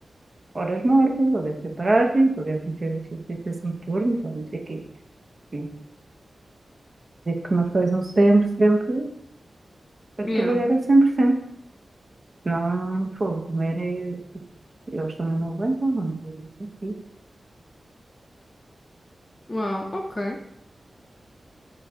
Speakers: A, on the right; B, on the left.
A: horas mortas, ou deve ter paragem, ou devem ter exercícios turnos, ou não sei o quê. Sim. Digo que não sejam sempre, sempre a
B: Yeah.
A: trabalhar a 100%. Não, é um fogo, comer é. Eles também não aguentam, não é?
B: Uau, ok.